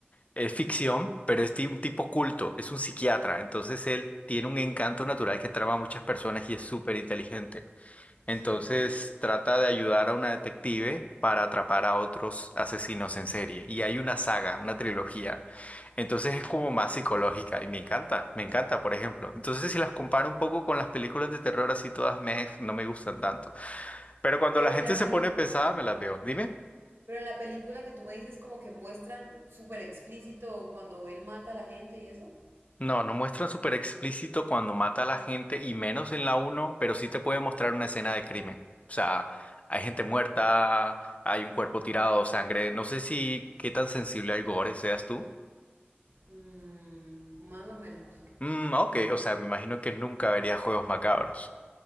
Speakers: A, on the left (about 35°); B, on the right (about 70°).
A: es ficción, pero es ti- un tipo culto, es un psiquiatra, entonces él tiene un encanto natural que trama a muchas personas y es súper inteligente. Entonces
B: Sí.
A: trata de ayudar a una detective para atrapar a otros asesinos en serie. Y hay una saga, una trilogía. Entonces es como más
B: Mm.
A: psicológica y me encanta, me encanta, por ejemplo. Entonces si las comparo un poco con las películas de terror así todas meh, no me gustan tanto. Pero cuando
B: Pero
A: la gente
B: en la
A: se
B: película,
A: pone pesada me las veo. Dime.
B: pero en la película que tú me dices como que muestran súper explícito cuando él mata a la gente y eso.
A: No, no muestran súper explícito cuando mata a la gente y menos en la uno, pero sí te puede mostrar una escena de crimen. O sea, hay gente muerta, hay un cuerpo tirado, sangre. No sé si qué tan sensible al gore seas tú.
B: Mm, más o menos.
A: Mm, ok, o sea, me imagino que nunca verías juegos macabros.